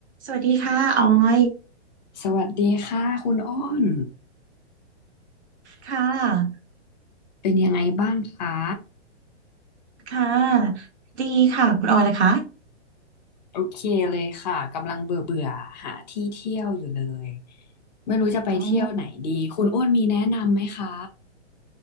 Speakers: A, on the right (about 70°); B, on the left (about 40°).
A: สวัสดีค่ะออย
B: สวัสดีค่ะคุณอ้น
A: ค่ะ
B: เป็นยังไงบ้างคะ
A: ค่ะดีค่ะ คุณออยนะคะ
B: โอเคเลยค่ะกำลังเบื่อเบื่อหาที่เที่ยวอยู่เลยไม่รู้จะไปเที่ยวไหนดีคุณอ้นมีแนะนำไหมคะ
A: อ๋อ